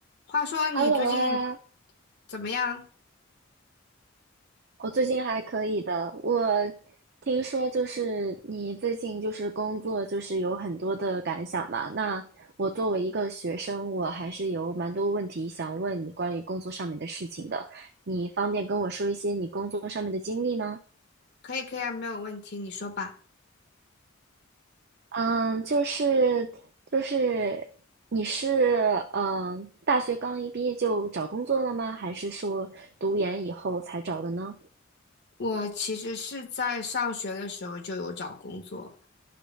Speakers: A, on the left; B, on the right.
A: 话说你最近
B: Hello 啊，
A: 怎么样？
B: 我最近还可以的。我听说就是你最近就是工作就是有很多的感想嘛。那我作为一个学生，我还是有蛮多问题想问你关于工作上面的事情的。你方便跟我说一些你工作上面的经历吗？
A: 可以，可以啊，没有问题，你说吧。
B: 嗯，就是就是你是嗯大学刚一毕业就找工作了吗？还是说读研以后才找的呢？
A: 我其实是在上学的时候就有找工作，